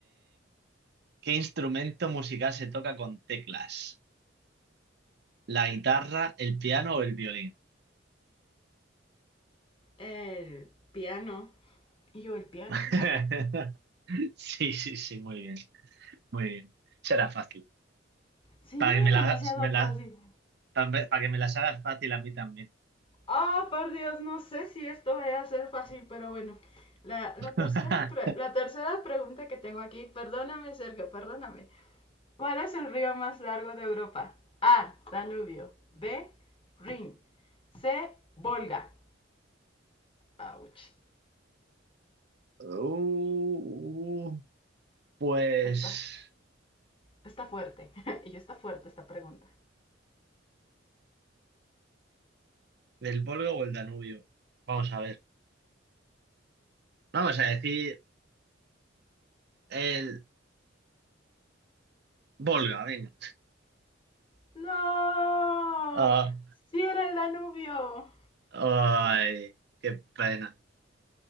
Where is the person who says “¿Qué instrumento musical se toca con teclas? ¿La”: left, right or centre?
Right